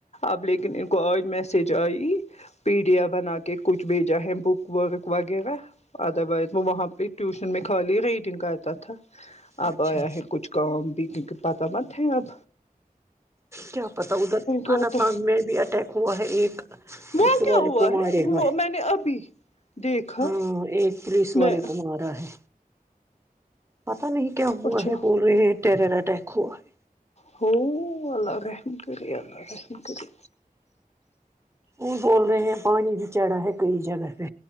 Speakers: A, on the left; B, on the right.
A: اب لیکن ان کو آج میسج آئی پی ڈیاف بنا کے کچھ بھی جائے بک وک وغیرہ ادر وائز وہ وہاں پہ ٹیوشن ان میں خالی ریڈنگ آتا تھا اب
B: اچھا
A: آیا ہے کچھ کا بی کی پتہ پ خیاپ
B: کیا پتا ادھر کان
A: گا تو
B: پانگ میں بھی اٹیک ہوا ہے ایک
A: وہ
B: اس س
A: کیا
B: والے
A: ہوا
B: ک مارے
A: ہے
B: ہو
A: وہ ابھی دیکھا
B: ہاں ایک پولیس والے
A: میں
B: کو مارا ہے پتا نہیں کیا ہوا
A: اچھا
B: ہے بول رہے ہیں ٹیرر اٹیک ہوا ہے
A: ہو اللہ رحم کری اللہ رحم کری
B: وہ بول رہے ہیں پانی بھی چڑھا ہے کئی جگہ پہ